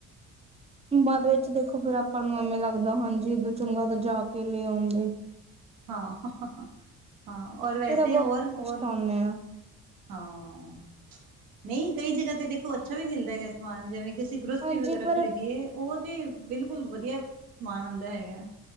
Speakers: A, on the right; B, on the right.
A: ਬਾਦ ਵਿੱਚ ਦੇਖੋ, ਫਿਰ ਆਪਾਂ ਨੂੰ ਐਵੇਂ ਲੱਗਦਾ। ਹਾਂਜੀ, ਇਦੋਂ ਚੰਗਾ ਤਾਂ ਜਾ ਕੇ ਲਿਆਉਦੇ।
B: ਹਾਂ-ਹਾਂ। ਔਰ, ਵੈਸੇ
A: ਫਿਰ ਆਪਾਂ
B: ਹੋਰ-ਹੋਰ
A: ਪਛਤਾਉਂਦੇ ਹਾਂ
B: ਹਾਂ, ਨਹੀਂ ਕਈ ਜਗ੍ਹਾ ਤੇ ਦੇਖੋ, ਅੱਛਾ ਵੀ ਮਿਲਦਾ ਜੇ ਸਮਾਨ। ਜਿਵੇਂ ਕਿ ਅਸੀਂ ਗਰੋਸਰੀ
A: ਹਾਂਜੀ
B: ਵਗੈਰਾ
A: ਪਰ
B: ਖਰੀਦੀਏ। ਉਹ ਤੇ ਬਿਲਕੁਲ ਵਧੀਆ ਸਮਾਨ ਆਂਦਾ ਹੈਗਾ।